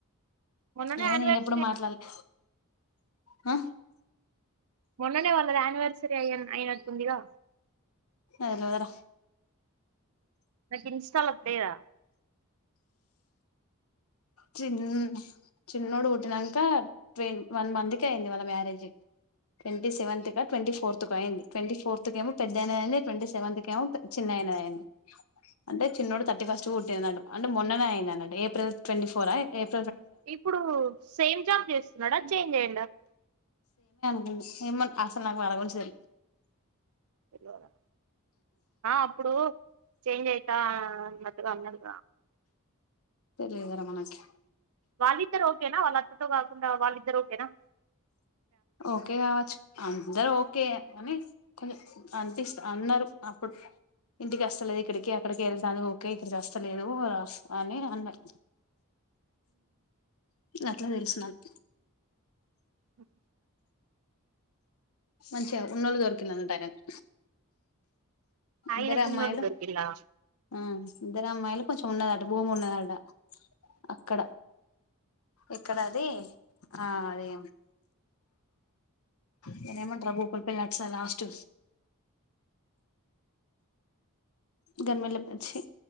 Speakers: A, on the right; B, on the left.
A: మొన్ననే
B: ఏమో
A: యానివర్సరీ
B: నేనెప్పుడు మాట్లాడ్లే హ
A: మొన్ననే వాళ్ళది అనివర్సరీ అయ్యేను అయినట్టుందిగా
B: అలోవెరా
A: నాకు ఇన్స్టాలో లేదా
B: చీన్ చిన్నోడు పుట్టినంక ట్వం వన్ మంత్కైయ్యింది వాళ్ళ మ్యారేజైయ్ ట్వంటీసెవెంత్ కా ట్వంటీఫోర్త్ కో అయింది ట్వంటీ ఫోర్తకేమో పెద్దాయనది అయ్యింది ట్వంటీ సెవెంత్కేమో పె చిన్నాయనది అయ్యింది అంటే చిన్నోడు థర్టీ ఫస్ట్ పుట్టింనాడు అంటే మొన్ననే అయింది అన్నట్టు ఏప్రిల్ ట్వంటీ ఫోర్ ఆ ఏప్
A: ఇప్పుడు సేమ్ జాబ్ చేస్తున్నాడా చేంజ్ అయ్యిండా
B: మ్మ్ ఏమోన్ అసలు నాకు వాళ్ళ గురించి తెలీ
A: తెల్వాదా ఆ అప్పుడు చేంజ్ అయితా అనద్ రాం గాడు
B: తెలియదుకదరా మనకి
A: వాళ్లిద్దర ఒకే నా వాళ్ళత్త తో కాకుండా వాళ్ళిద్దరు ఓకే నా
B: ఓకే కావచ్చు అందరు ఓ కేే కనీ కొంచ్ అన్పిస్త్ అన్నరు అప్పుడు ఇంటికాస్ ఇక్కడికి అక్కడకి ఎళ్ళ్తాంది ఒ కే ఇక్కడికి అస్తలేదు అన్నడు అట్ల తెలుసు నాకు
A: ఉమ్
B: మంచిగా ఉన్నోళ్ళు దొరికిండంట ఆయనకు
A: ఆయనకున్నోళ్ళు
B: ఇద్దరే అమ్మాయిలు
A: దొరికిల్లా
B: ఆ ఇద్దరు అమ్మాయిలు కొంచెం ఉన్నదట భూమి ఉన్నదట అక్కడ ఎక్కడ అది ఆ అదీ దాన్నేమంటర్రా భూపాలపల్లి అట సైడ్ లాస్ట్ గర్మిల్లప చ్చి